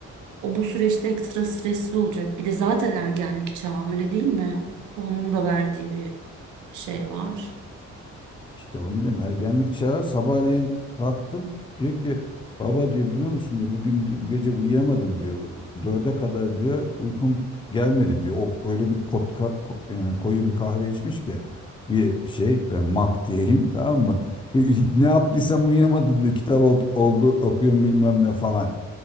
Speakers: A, on the right; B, on the left.
A: o bu süreçte ekstra stresli olacak. Bir de zaten ergenlik çağı öyle değil mi? Onun da verdiği bir şey var.
B: İşte onu diyorum ergenlik çağı sabahleyin kalktım diyor ki baba diyor biliyor musun diyor bugün di- bu gece uyuyamadım diyor. Dörde kadar diyor uykum gelmedi diyor. O öyle bir kot, ka- ko- yani koyu bir kahve içmiş ki bir şey e, mak diyeyim tamam mı? <laughs> Ne yaptıysam uyuyamadım diyor. Kitap ol- oldu okuyorum bilmem ne falan.